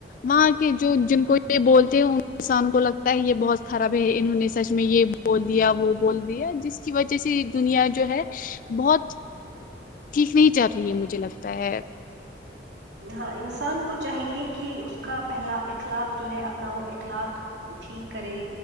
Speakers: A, on the left (about 45°); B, on the right (about 75°).
A: وہاں کے جو جن کو یہ بولتے ہیں ان انسانوں کو لگتا ہے یہ بہت خراب ہے انہوں نے سچ میں یہ بول دیا وہ بول دیا جس کی وجہ سے یہ دنیا جو ہے بہت ٹھیک نہیں چل رہی ہے مجھے لگتا ہے
B: ہاں انسان کو چاہیے کہ اس کا پہلا اخلاق جو ہے اپنا وہ اخلاق ٹھیک کرے